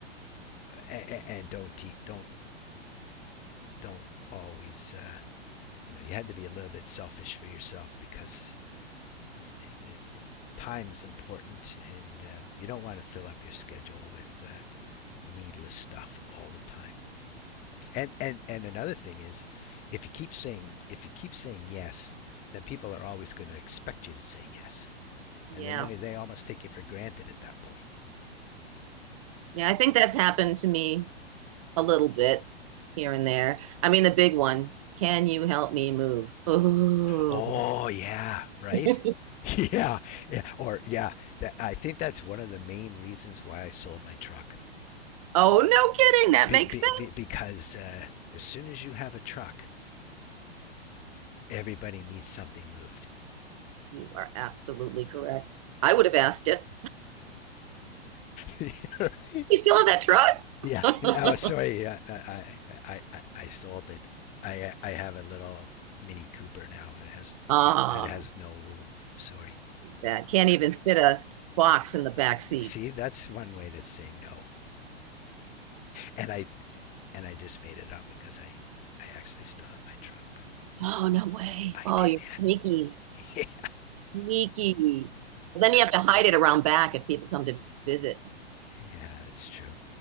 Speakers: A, on the left; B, on the right.
A: and, and don't te- don't don't always. Uh, you know, you had to be a little bit selfish for yourself because it, it, it, time is important, and um, you don't want to fill up your schedule with uh, needless stuff all the time. And and and another thing is, if you keep saying if you keep saying yes, then people are always going to expect you to say yes,
B: yeah,
A: and then they they almost take you for granted at that point.
B: yeah, I think that's happened to me a little bit here and there. I mean, the big one. Can you help me move? Oh,
A: Oh yeah, right.
B: <laughs>
A: <laughs> Yeah, yeah, or yeah. That, I think that's one of the main reasons why I sold my truck,
B: oh, no kidding. That
A: be,
B: makes
A: be,
B: sense.
A: be, because uh, as soon as you have a truck, everybody needs something moved.
B: You are absolutely correct. I would have asked it.
A: <laughs> You know
B: You still have that truck?
A: Yeah.
B: <laughs>
A: No, sorry. yeah, I I I, I- I stole it. I I have a little Mini Cooper now. It has
B: Um,
A: no it has no room. Sorry.
B: that can't even fit a box in the back seat.
A: See, that's one way to say no. And I and I just made it up because I I actually still have my truck, but
B: Oh, no way.
A: I
B: Oh,
A: did.
B: you're sneaky.
A: Yeah.
B: Sneaky. Well, then you have to hide it around back if people come to visit
A: <laughs> yeah, that's true.